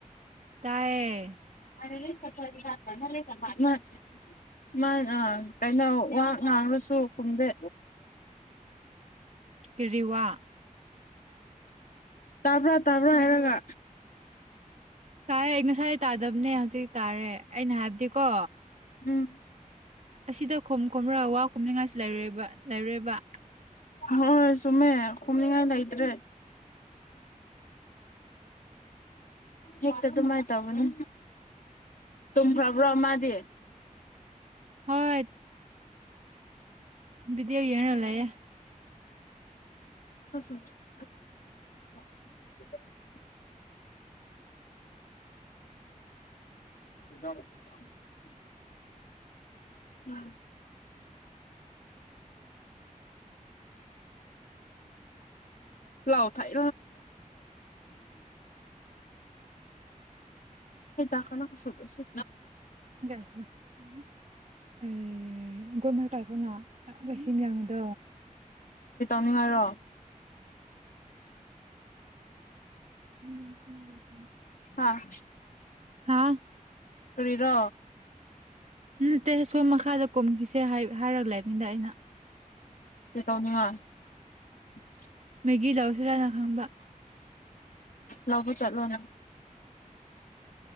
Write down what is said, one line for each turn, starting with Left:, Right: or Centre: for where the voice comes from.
Right: ꯇꯑꯌꯦ
Left: <unintelligible> ꯀꯩꯅꯣ ꯋꯥ ꯉꯥꯡ꯭ꯔꯁꯨ ꯈꯨꯝꯗꯦ
Right: ꯀꯋꯥ
Left: ꯇꯥꯕ꯭ꯔꯥ ꯇꯥꯕ꯭ꯔꯥ ꯍꯥꯏꯔꯒ
Right: ꯇꯥꯏ ꯑꯩ ꯉꯁꯥꯏ ꯇꯥꯗꯕꯅꯦ ꯍꯧꯖꯤꯛ ꯇꯥꯔꯦ ꯑꯩꯅ ꯍꯥꯏꯕꯗꯤꯀꯣ
Left: ꯎꯝ
Right: ꯑꯁꯤꯗ ꯈꯣꯝ ꯈꯣꯝꯔ ꯋꯥ ꯈꯣꯝꯅꯤꯉꯥꯏꯁꯤ ꯂꯩꯔꯣꯏꯕ ꯂꯩꯔꯦꯕ
Left: ꯍꯣꯏꯣꯏ ꯁꯨꯃꯦ ꯈꯣꯃꯤꯅꯤꯉꯥꯏ ꯂ ꯏꯗ꯭ꯔꯦ ꯍꯦꯛꯇ ꯑꯗꯨꯃꯥꯏꯅ ꯇꯧꯒꯅꯤ ꯇꯨꯝꯈ꯭ꯔꯕ꯭ꯔꯣ ꯃꯥꯗꯤ
Right: ꯍꯣꯏ ꯕꯤꯗꯕꯤ ꯌꯦꯅꯂꯌꯦ
Left: <unintelligible> <unintelligible> <inaudible> ꯎꯝ ꯂꯥꯎ ꯊꯥꯏ ꯍ ꯇꯥꯀꯅꯥ ꯁꯣꯗ ꯁꯤ
Right: <unintelligible> <inaudible> ꯇꯒꯣꯅ ꯀꯁꯤꯡ ꯌꯥꯡꯗꯣ
Left: ꯅꯨꯡꯉꯔꯣ
Right: ꯎꯝ ꯎꯝ
Left: ꯑꯥ
Right: ꯍꯥꯥ
Left: ꯀꯔꯤꯔꯣ
Right: ꯎꯠꯇ ꯁꯣꯝ ꯃꯈꯥꯗ ꯀꯨꯝꯈꯤꯁꯦ ꯍꯥꯏꯔꯒ ꯂꯩꯦꯃꯤꯗ ꯑꯩꯅ
Left: ꯀꯔꯤ ꯇꯧꯅꯤꯡꯉꯥꯏ <inaudible>
Right: ꯃꯦꯒꯤ ꯂꯗꯥꯎꯁꯔꯥꯅ ꯈꯪꯕ
Left: ꯂꯧꯕꯣ ꯆꯠꯂꯣꯅꯦ